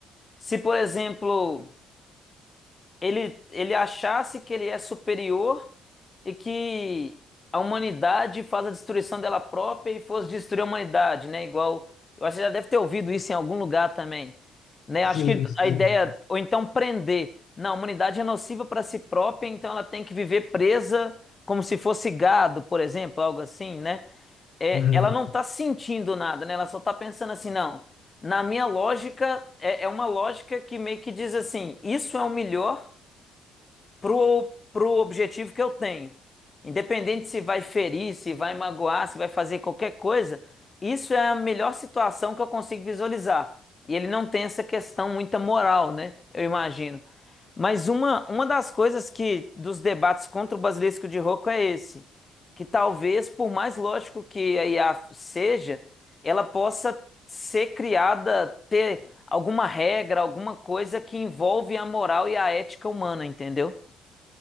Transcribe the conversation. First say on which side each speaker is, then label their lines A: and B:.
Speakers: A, on the left; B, on the left.
A: Se, por exemplo. ele, ele achasse que ele é superior e que a humanidade faz a destruição dela própria e fosse destruir a humanidade, né? Igual, eu acho que já deve ter ouvido isso em algum lugar também, né? Acho
B: Sim,
A: que
B: sim.
A: a ideia, ou então prender. Não, a humanidade é nociva para si própria, então ela tem que viver presa como se fosse gado, por exemplo, algo assim, né? é,
B: Uhum.
A: ela não está sentindo nada, né? Ela só está pensando assim, não. Na minha lógica, é, é uma lógica que meio que diz assim: isso é o melhor pro, pro objetivo que eu tenho. Independente se vai ferir, se vai magoar, se vai fazer qualquer coisa, isso é a melhor situação que eu consigo visualizar. E ele não tem essa questão muita moral, né? Eu imagino. Mas uma, uma das coisas que dos debates contra o basilisco de Rocco é esse, que talvez, por mais lógico que a IA seja, ela possa ser criada, ter alguma regra, alguma coisa que envolve a moral e a ética humana, entendeu?